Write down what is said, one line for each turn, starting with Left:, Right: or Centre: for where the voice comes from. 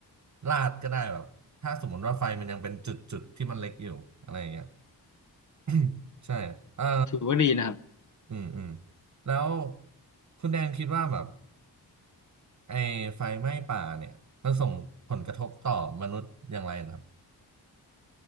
Right: ลาดก็ได้แบบถ้าสมมติว่าไฟมันยังเป็นจุดจุดที่มันเล็กอยู่อะไรอย่างเงี้ย <coughs> ใช่เอ่อ
Left: ถือว่าดีนะครับ
Right: อืม อืม แล้วคุณแดนคิดว่าแบบไอ้ไฟไหม้ป่าเนี่ยมันส่งผลกระทบต่อมนุษย์อย่างไรนะครับ